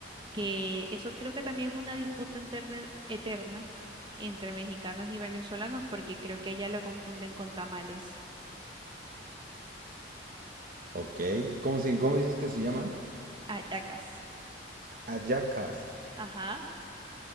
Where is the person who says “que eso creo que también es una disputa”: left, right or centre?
Right